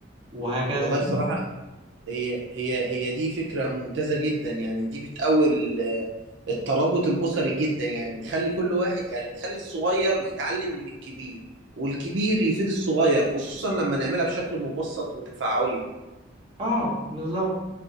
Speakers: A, on the right; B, on the right.
A: وهكذا
B: والله بصراحة هي هي هي دي فكرة ممتازة جدا يعني دي بتقوي ال- الترابط الأسري جدا يعني بتخلي كل واحد يعني بتخلي الصغير يتعلم من الكبير والكبير يفيد الصغير خصوصا لما نعملها بشكل مبسط وتفاعلي
A: اه بالظبط